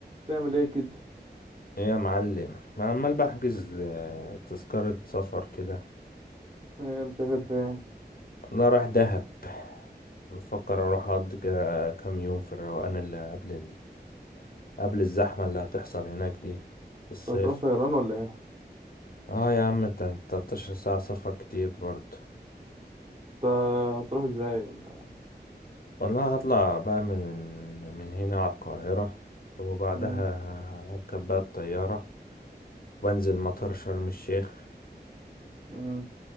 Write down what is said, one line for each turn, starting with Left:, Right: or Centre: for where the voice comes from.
Right: تعمل ايه كده
Left: ايه يا معلم ما عمال بحجز آه، تذكرة سفر كده
Right: إيه مسافر فين
Left: انا رايح دهب بفكر اروح اقضي كده كام يوم في الروقان اللي قبل ال... قبل الزحمة اللي هتحصل هناك دي في الصيف
Right: انت هتروح طيران ولا ايه
Left: اه يا عم ده 13 ساعة سفر كتير برضه
Right: انت هتروح ازاي ولا ايه؟
Left: والله هطلع بقى من من هنا على القاهرة وبعدها
Right: مم.
Left: هركب بقى الطيارة وانزل مطار شرم الشيخ
Right: مم.